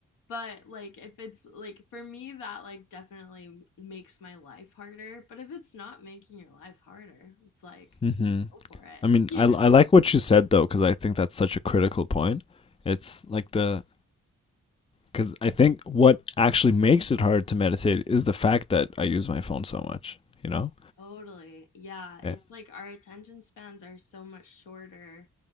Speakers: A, on the left; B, on the left.
A: But like if it's like for me that like definitely makes my life harder, but if it's not making your life harder, it's like
B: hmm
A: go for it,
B: I mean,
A: <laughs> you
B: I, l-
A: know?
B: I like what you said though, because I think that's such a critical point. It's like the, because I think what actually makes it hard to meditate is the fact that I use my phone so much, you know?
A: Totally. Yeah, it's
B: Eh,
A: like our attention spans are so much shorter